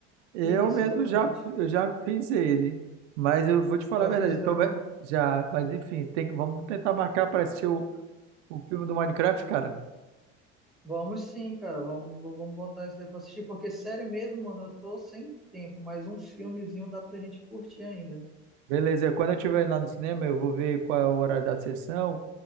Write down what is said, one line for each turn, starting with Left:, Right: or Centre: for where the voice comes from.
Right: Eu
Centre: Isso,
Right: mesmo
Centre: exatamente.
Right: já, fi- eu já fiz ele. Mas eu vou te falar
Centre: Já
Right: a verdade.
Centre: fez
Right: eu
Centre: o dragão?
Right: tô me- já, mas enfim, tem que- vamos tentar marcar para assistir o, o filme do Minecraft, cara.
Centre: Vamos sim, cara. Vamos, vamos botar isso daí pra assistir, porque sério mesmo, mano, eu tô sem tempo, mas um filmezinho dá pra gente curtir ainda.
Right: Beleza, quando eu estiver lá no cinema, eu vou ver qual é o horário da sessão